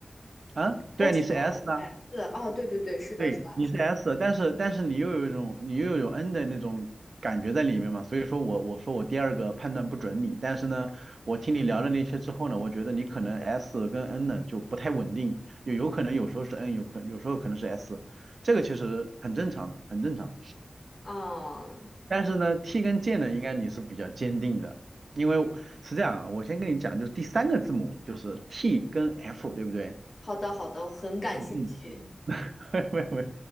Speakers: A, on the right (about 75°); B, on the left (about 50°).
A: 啊，
B: 我
A: 对啊，你是 S 啊，
B: 哎是哦，对对对，是的，
A: 对，
B: 是的，
A: 你是 S，但是但是你又有一种你又有 N 的那种感觉在里面嘛，所以说我我说我第二个判断不准你，但是呢，我听你聊了那些之后呢，我觉得你可能 S 跟 N 呢就不太稳定，有有可能有时候是 N，有可有时候可能是 S，这个其实很正常的，很正常。
B: 啊，
A: 但是呢，T 跟 J 呢，应该你是比较坚定的，因为是这样啊，我先跟你讲，就是第三个字母就是 T 跟 F，对不对？
B: 好的，好的，我很感兴趣。
A: 嗯嗯。<laughs> 没有没有